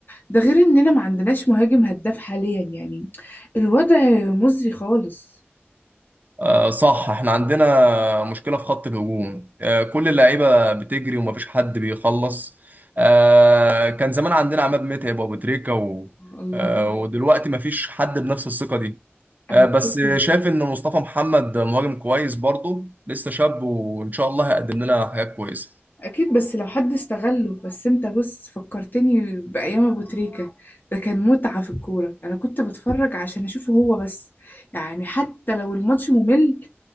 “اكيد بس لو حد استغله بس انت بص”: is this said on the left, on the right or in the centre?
Left